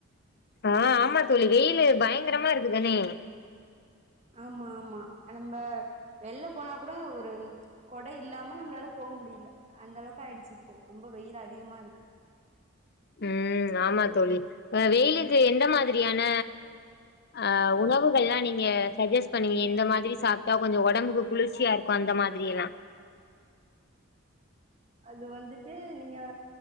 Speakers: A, on the left; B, on the right.
A: ஆஹ் ஆமா தோழி வெயில் பயங்கரமா இருக்குதானே
B: ஆமா ஆமா நம்ம வெளில போனா கூட ஒரு கொடை இல்லாம நம்மளால போக முடியல அந்த அளவுக்கு ஆயிடுச்சு இப்போ ரொம்ப வெயில் அதிகமா இருக்கு
A: உம் ஆமா தோழி வெயிலுக்கு எந்த மாதிரியான ஆஹ் உணவுகள் எல்லாம் நீங்க சஜெஸ்ட் பண்ணுவீங்க எந்த மாதிரி சாப்பிட்டா கொஞ்சம் உடம்புக்கு குளிர்ச்சியா இருக்கும் அந்த மாதிரி எல்லாம்
B: அது வந்துட்டு நீங்க